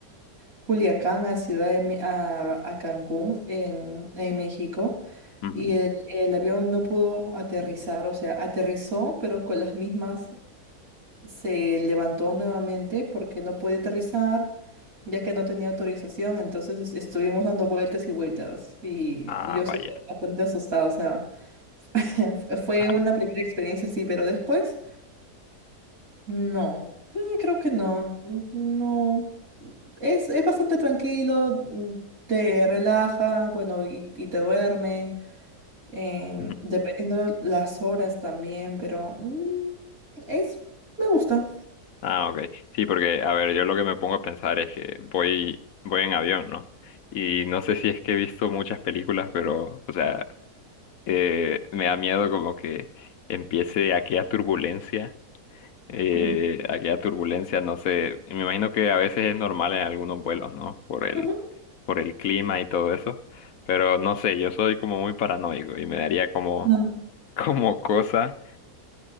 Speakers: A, on the right; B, on the left.
A: Culiacán a Ciudad de Me- a, a Cancún en, en México
B: ujú.
A: y el, el avión no pudo aterrizar, o sea, aterrizó, pero con las mismas se levantó nuevamente porque no podía aterrizar ya que no tenía autorización, entonces es- estuvimos dando vueltas y vueltas y
B: Ah,
A: yo
B: vaya.
A: sí estaba bastante asustada, o sea, <laughs> fue
B: Ah,
A: una primera experiencia, sí, pero después... No, eh, creo que no, no, es, es bastante tranquilo, mm, te relaja, bueno, y, y te duerme, em,
B: ujú.
A: dependiendo las horas también, pero mm, es, me gusta.
B: Ah, ok. Sí, porque, a ver, yo lo que me pongo a pensar es que voy, voy en avión, ¿no? Y no sé si es que he visto muchas películas, pero, o sea, eh, me da miedo como que empiece aquella turbulencia Eh,
A: Ujú,
B: aquella turbulencia, no sé, me imagino que a veces es normal en algunos vuelos, ¿no? Por el,
A: ujú.
B: por el clima y todo eso, pero no sé, yo soy como muy paranoico y me daría como,
A: Ah,
B: <laughs> como cosa,